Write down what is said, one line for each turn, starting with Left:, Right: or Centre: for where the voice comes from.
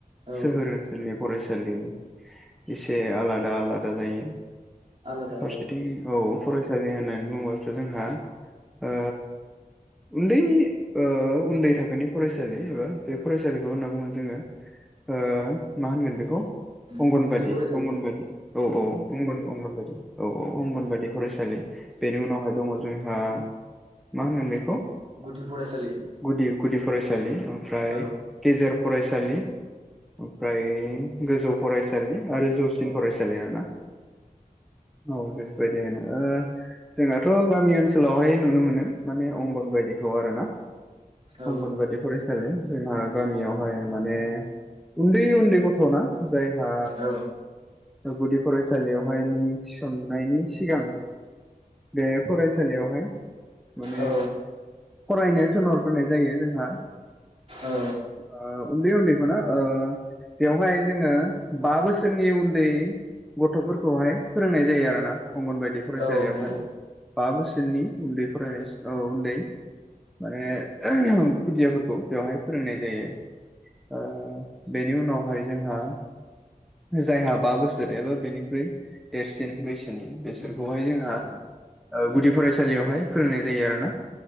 Right: औ
Centre: सोहोर ओनसोलनि फरायसालि एसे आलादा आलादा जायो।
Right: आलादा
Centre: फारसेथिं
Right: औ
Centre: औ फरायसालि होननानै बुंबाथोथ' जोंहा ओ उन्दै ओ उन्दै थाखोनि फरायसालि एबा बे फरायसालिखौ होनना बुङो जोङो ओ मा होनगोन बेखौ
Right: उम
Centre: अंगनबादि
Right: गुदि फरायसालि
Centre: अंगनबादि औ औ अंगन अंगनबादि औ औ अंगनबादि फरायसालि बेनि उनावहाय दङ जोंहा मा होनगोन बेखौ
Right: गुदि फरायसालि
Centre: गुदि गुदि फरायसालि फ्राय
Right: औ
Centre: गेजेर फरायसालि ओमफ्राय गोजौ फरायसालि आरो जौसिन
Right: औ औ
Centre: फरायसालि आरोना औ बेफोरबायदि होनो ओ जोंहाथ' गामि ओन सोलावहाय नुनो मोनो माने अंगनबादिखौ आरोना
Right: औ
Centre: अंगनबादि फरा सालि जोंहा गामियावहाय माने उन्दै उन्दै गथ'ना जायहा
Right: औ
Centre: गुदि फरायसालियावहाय मुं थिसननायनि सिगां बे फरायसालियावहाय माने
Right: औ
Centre: फरायनो थोनहरग्रोनाय जायो जोंहा
Right: औ
Centre: आ उन्दै उन्दैखौना ओ बेवहाय जोङो बा बोसोरनि उन्दै गथ'फोरखौहाय फोरोंनाय जायो आरोना अंगनबादि फरायसालियावहाय
Right: औ नंगौ
Centre: बा बोसोरनि उन्दै फरायनाय औ उन्दै माने खुदियाफोरखौ बेवहाय फोरोंनाय जायो ओ बेनि उनावहाय जोंहा जायहा बा बोसोर एबा बेनिख्रुइ देरसिन बैसोनि बेसोरखौहाय
Right: उम
Centre: जोंहा
Right: उम
Centre: ओ गुदि फरायसालियावहाय फोरोंनाय जायो आरोना